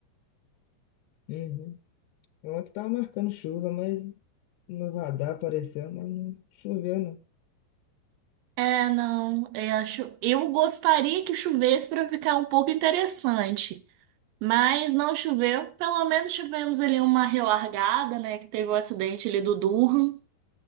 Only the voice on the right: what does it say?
É, não, eu acho, eu gostaria que chovesse para ficar um pouco interessante, mas não choveu, pelo menos tivemos ali uma relargada, né, que teve o acidente ali do Durham.